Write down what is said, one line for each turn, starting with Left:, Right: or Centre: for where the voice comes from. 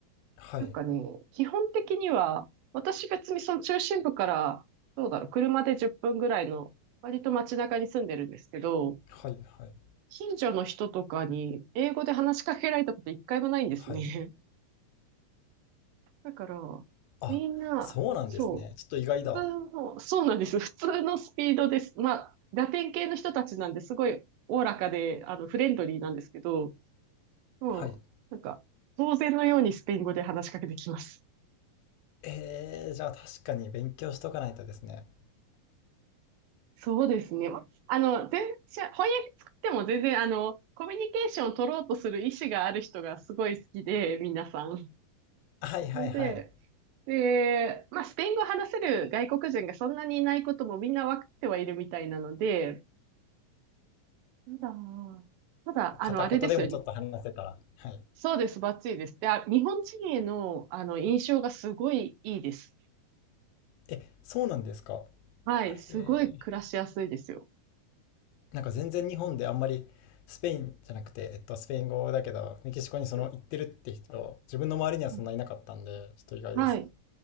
Left: はい。
Right: なんかね、基本的には、私別にその中心部から、どうだろう、車で10分ぐらいの、割と街中に住んでるんですけど、
Left: はい、はい、
Right: 近所の人とかに英語で話しかけられたこと一回もないんですね。
Left: はい。
Right: <laughs> だから、
Left: あ、
Right: みんな、
Left: そうなんですね。
Right: そ
Left: ちょっと意外だ。
Right: う、普通の、そうなんです。普通のスピードです。まあ、ラテン系の人たちなんですごいおおらかで、あの、フレンドリーなんですけど、もう、
Left: はい。
Right: なんか、当然のようにスペイン語で話しかけてきます。
Left: えー、じゃあ確かに勉強しとかないとですね。
Right: そうですね。あの、全然、翻訳作っても全然、あの、コミュニケーションを取ろうとする意思がある人がすごい好きで、皆さん。
Left: はいはいはい。
Right: それで、で、まあ、スペイン語を話せる外国人がそんなにいないこともみんな分かってはいるみたいなので、そだ。ただ、
Left: 片言でもちょっと話せたら。
Right: あの、あれですよ。
Left: はい。
Right: そうです、バッチリです。で、あ、日本人への、あの、印象がすごいいいです。
Left: え、そうなんですか。
Right: はい、すごい暮らしやすいですよ。
Left: へーなんか全然日本であんまりスペインじゃなくて、えっと、スペイン語だけど、メキシコにその行ってるって人、
Right: うん
Left: 自分の周りにはそんないなかったんで、
Right: うん
Left: ちょっと意外です。
Right: はい、